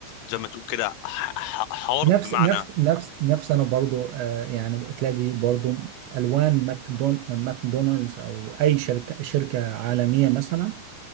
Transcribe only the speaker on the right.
نفس
نفس نفس نفس انا برضو آه يعني تلاقي برضو الوان ماكدون ماكدونالدز او اي شركه شركه عالميه مثلا